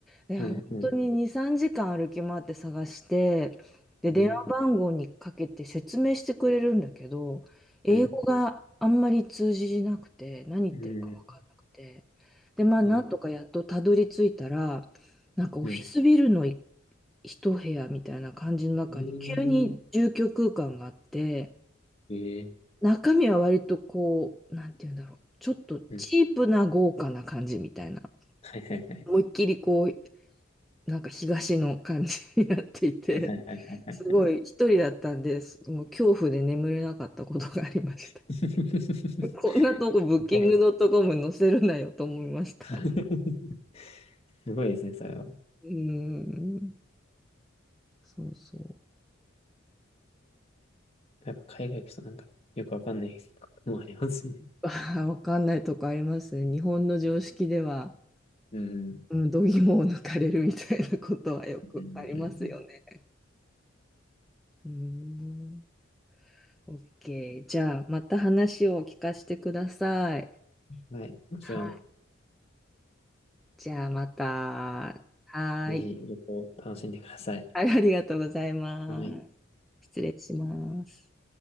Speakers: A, in the centre; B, on the left.
A: で、
B: うん、
A: 本当に2、
B: う
A: 3時間歩き回って探して、で、電話番号にかけて説明してくれるんだけど、
B: ん、ええ
A: 英語があんまり通じなくて、
B: うん、
A: 何言ってるか分かんなくて、
B: うん、
A: で、まあ、
B: ええ
A: なんとかやっとたどり着いたら、なんかオフィスビルのい
B: うん、
A: 一部屋みたいな感じの中に急に住居空間があって、
B: ええええ
A: 中身は割とこう、なんて言うんだろう、ちょっとチープな豪華な感じみたいな。
B: うん、はいはいはい、
A: 思いっきりこう、なんか東の感じになっていて、
B: はいはいはいはいはい。
A: <laughs> すごい一人だったんです。もう恐怖で眠れなかったことがありました。
B: <laughs> す
A: <laughs> こんなとこブッキングドットコム載せるなよと思いました。
B: ごい。<laughs> すごいですね、それは。
A: <laughs> うーん、そうそ
B: やっぱ海外行くとなんか、よくわかんない <laughs> こともありますね。
A: う。ああ、わかんないとこありますね。日本の常識では、
B: うん。うん
A: うん、度肝を抜かれるみたいなことはよくありますよね。
B: うんうん
A: うーん、OK。じゃあ、また話を聞かせてください。
B: はい。もちろん、
A: はいじゃあまた。はーい。
B: ぜひ旅行楽しんでください。
A: はい、ありがとうございます。
B: はい。
A: 失礼します。